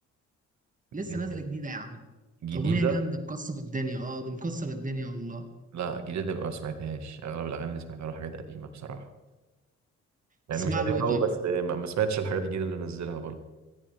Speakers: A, on the right; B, on the right.
A: لسه
B: دي
A: نازله جديده يا عم
B: جديده
A: اغنيه جامده مكسره الدنيا اه ده مكسره الدنيا والله
B: لا جديده يبقى ما سمعتهاش اغلب الاغاني اللي سمعتها له حاجات قديمه بصراحه يعني
A: تسمع
B: مش قديمه
A: له ايه طيب
B: قوي بس ما ما سمعتش الحاجات الجديده اللي نزلها برضه